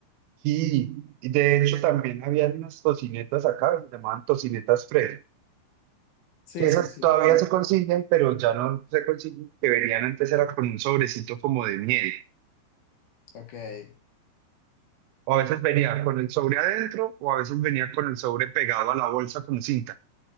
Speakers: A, on the right; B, on the left.
A: Sí, y de hecho también habían unas tocinetas acá, se llamaban tocinetas Fred,
B: Sí,
A: que esas
B: sí, sí,
A: todavía
B: los conozco.
A: se consiguen, pero ya no se consiguen, que venían antes era con un sobrecito como de miel,
B: Ok.
A: o a veces venía con el sobre adentro, o a veces venía con el sobre pegado a la bolsa con cinta.